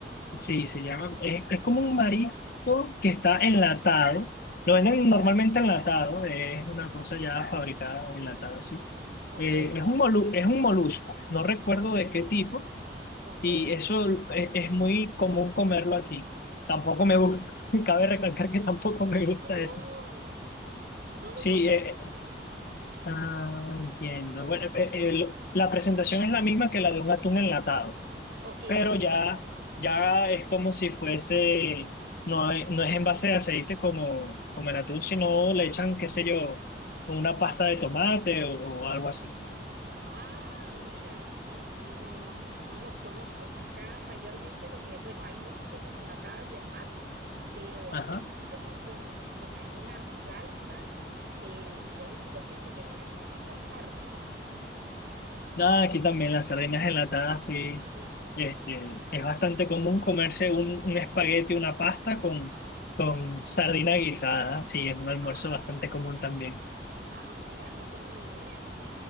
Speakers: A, on the left; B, on the right.
A: Sí, se llama, es, es como un marisco que está enlatado. Lo venden normalmente enlatado, eh, es una cosa ya fabricada enlatada, sí.
B: Ok,
A: Eh, es un molu- es un molusco, no recuerdo de qué tipo,
B: ok.
A: y eso es, es muy común comerlo aquí. Tampoco me gusta, <laughs> cabe recalcar que tampoco me gusta
B: Oh,
A: eso.
B: no lo
A: Sí,
B: conozco.
A: eh, eh, ah, entiendo. Bueno,
B: No,
A: eh, eh, lo- la presentación es la misma que la de un atún enlatado.
B: Ok,
A: pero ya, ya es como si fuese, no, es- no es en base de aceite como, como el atún, sino le echan, qué sé yo, una pasta de tomate o, o algo así.
B: Ah, mira, no, no los conozco. Acá mayormente lo que, bueno, hay muchas cosas enlatadas del mar, pero así
A: Ajá.
B: como con, con alguna salsa, eh, lo único que sé que viene así son las sardinas.
A: Nada, aquí también las sardinas enlatadas, sí.
B: Sí.
A: Este, es bastante común comerse un, un espagueti, una pasta con, con sardina guisada, sí, es un almuerzo
B: Ah,
A: bastante común también.
B: ah, mira, no tenía idea.